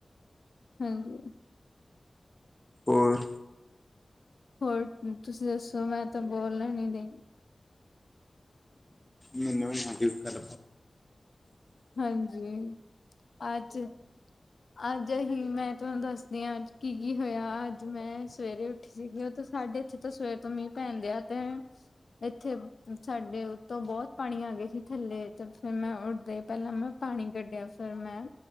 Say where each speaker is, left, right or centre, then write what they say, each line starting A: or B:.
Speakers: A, on the left (about 70°); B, on the left (about 15°).
A: ਹਾਂਜੀ
B: ਔਰ
A: ਹੋਰ ਤੁਸੀਂ ਦੱਸੋ ਮੈਂ ਤਾਂ ਬੋਲ ਨ ਡਈ
B: ਮਨ ੱਲ
A: ਹਾਂਜੀ ਅੱਜ ਅੱਜ ਅਸੀਂ ਮੈਂ ਤੁਹਾਨੂੰ ਦੱਸਦੀ ਹਾਂ ਅੱਜ ਕੀ ਕੀ ਹੋਇਆ ਅੱਜ ਮੈਂ ਸਵੇਰੇ ਉ ਬੈਠੇ ਸੀਗੀ ਉਹ ਤੇ ਸਾਡੇ ਇੱਥੇ ਤਾਂ ਸਵੇਰ ਤੋਂ ਮੀਂਹ ਪੈਣਦੇ ਆ ਤੇ ਇੱਥੇ ਸਾਡੇ ਉੱਤੋਂ ਬਹੁਤ ਪਾਣੀ ਆ ਗਏ ਸੀ ਥੱਲੇ ਤੇ ਫੇਿਰ ਮੈਂ ਉੱਡਦੇ ਪਹਿਲਾਂ ਮੈਂ ਪਾਣੀ ਕੱਢਿਆ ਫਿਰ ਮੈਂ